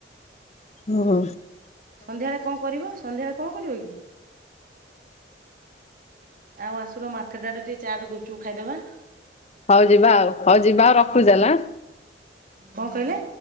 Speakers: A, on the left; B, on the right.
A: ଓ।
B: ସନ୍ଧ୍ୟାବେଳେ କଣ କରିବ ସନ୍ଧ୍ୟାବେଳେ କଣ କରିବ କି? ଆଉ ଆସୁନ ମାର୍କେଟ ଆଡେ ଟିକେ ଚାଟ, ଗୁପଚୁପ ଖାଇଦବା।
A: ହୋଉ ଯିବା ଆଉ ହୋଉ ଯିବା ଆଉ ରଖୁଚି ତାହେଲେ ଆଁ।
B: କଣ କହିଲେ?